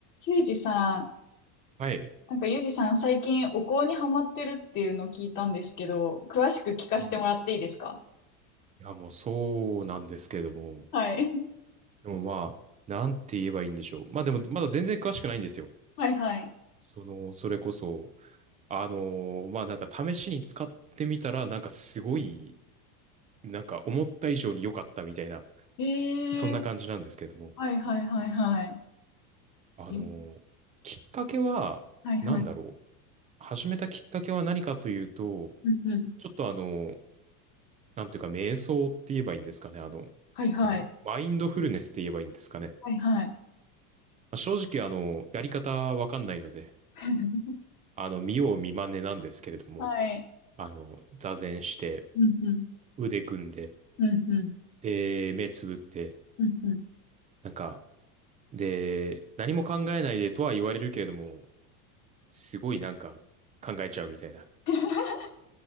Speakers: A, on the left; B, on the right.
A: ゆうじさ
B: はい。い
A: ん、なんかゆうじさん最近お香にハマってるっていうのを聞いたんですけど、詳しく聞かせてもらっていいですか
B: うん。や、もうそうなんですけれども。
A: はい。<laughs>
B: でもまあ、なんて言えばいいんでしょう。まあでも、まだ全然詳しくないんですよ。
A: はいはい。
B: その、それこそ、あのーまあなんか試しに使ってみたら、なんかすごい、なんか思った以上に良かったみたいな、
A: え
B: そんな感じなんですけれども。
A: ー、はいはいはいはい。
B: あのーきっかけは、
A: えはいはい。
B: なんだろう。始めたきっかけは何かというと、
A: うんうん。
B: ちょっとあのーなんていうか、瞑想って言えばいいんですかね。あの、
A: はいはい。
B: あの、マインドフルネスって言えばいいんですかね。
A: はいはい。
B: まあ正直、あの、やり方わかんないので、
A: <laughs>
B: あの、見よう見まねなんですけれども、
A: はい。
B: あの、座禅して、
A: うんうん。
B: 腕組んで、
A: うんうん。
B: で、目つぶって、
A: うんうん。
B: なんか、で、何も考えないでとは言われるけれども、すごいなんか考えちゃうみたいな。
A: <laughs>